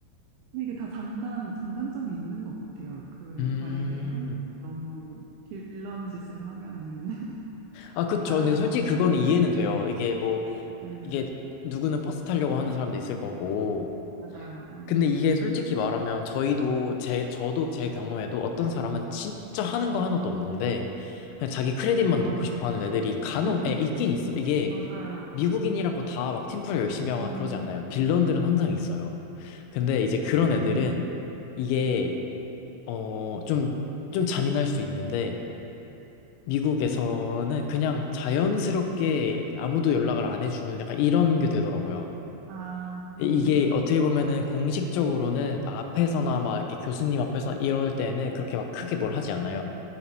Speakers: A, on the right (about 85°); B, on the left (about 85°).
A: 근데 이게 다 장단, 장단점이 있는 것 같아요. 그,
B: 음.
A: 만약에 한, 너무 빌런 짓을 하면은 <laughs>
B: 아, 그쵸.
A: 다 같이
B: 근데 솔직히
A: 망하는
B: 그건
A: 거는.
B: 이해는 돼요.
A: 네,
B: 이게 뭐,
A: 네, 네.
B: 이게 누구는 버스 타려고 하는 사람도 있을 거고.
A: 맞아요, 맞아요.
B: 근데 이게
A: 네.
B: 솔직히 말하면 저희도, 제, 저도 제 경우에도 어떤 사람은 진짜 하는 거 하나도 없는데, 그냥 자기 크레딧만
A: 아,
B: 넣고
A: 미국도
B: 싶어 하는
A: 그럼.
B: 애들이 간혹,
A: 아, <laughs>
B: 에, 있긴 있어. 이게
A: 맞아요,
B: 미국인이라고
A: 맞아요.
B: 다 막 팀플 열심히
A: 음,
B: 하거나 그러지 않아요. 빌런들은 항상 있어요. 근데 이제 그런 애들은
A: 음,
B: 이게 어, 좀, 좀 잔인할 수 있는데, 미국에서는 그냥 자연스럽게 아무도 연락을 안 해주는 약간 이런 게 되더라고요.
A: 아,
B: 이- 게 어떻게 보면은 공식적으로는 앞에서나 막 이렇게 교수님 앞에서 이럴 때는 그렇게 막 크게 뭘 하지 않아요.